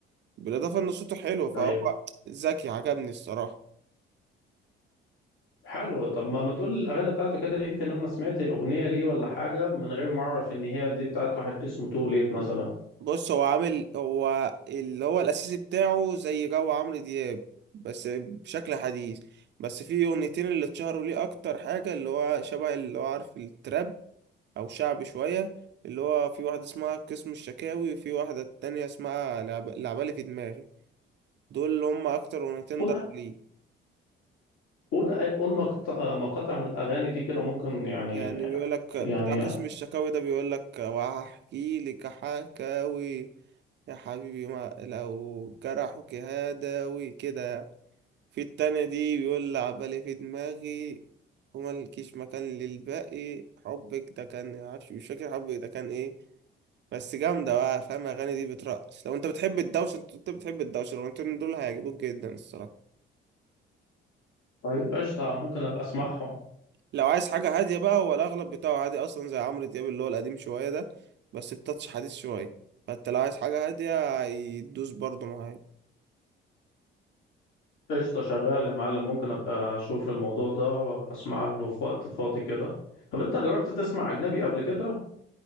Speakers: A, on the right; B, on the left.
A: بالاضافة ان صوته حلو فهو
B: طيب
A: ذكي عجبني الصراحة
B: حلو طب ما ما تقول الأغاني بتاعته كده يمكن أنا سمعت أغنية ليه ولا حاجة من غير ما أعرف إن هي دي بتاعت واحد اسمه تو ليت مثلا
A: بص هو عامل هو اللي هو الأساسي بتاعه زي جو عمرو دياب بس بشكل حديث بس في أغنيتين اللي اتشهروا ليه أكتر حاجة اللي هو شبه اللي هو عارف التراب أو شعبي شوية اللي هو في واحدة اسمها قسم الشكاوي وفي واحدة تانية اسمها لعب- لعبالي في دماغي دول اللي هم أكتر أغنيتين
B: قول
A: ضربوا ليه
B: قول قول مقطع- مقاطع من الأغاني دي كده ممكن يعني
A: يعني بيقولك بتاع
B: يعني
A: قسم الشكاوي ده بيقولك وهحكي لك حكاوي يا حبيبي ما لو جرحك هداوي كده يعني. في التانية دي بيقول لعبالي في دماغي وملكيش مكان للباقي حبك ده كان معرفش مش فاكر حبك ده كان ايه بس جامدة بقى فاهم الأغاني دي بترقص لو انت بتحب الدوشة انت أنت بتحب الدوشة الأغنيتين دول هيعجبوك جدا الصراحة
B: طيب قشطة ممكن أبقى أسمعهم
A: لو عايز حاجة هادية بقى هو الأغلب بتاعه عادي أصلا زي عمرو دياب اللي هو القديم شوية ده بس بتاتش حديث شوية فانت لو عايز حاجة هادية هيدوس برضه معايا
B: قشطة شغال يا معلم ممكن أبقى أشوف الموضوع ده وأبقى أسمع له في وقت فاضي كده طب أنت جربت تسمع أجنبي قبل كده؟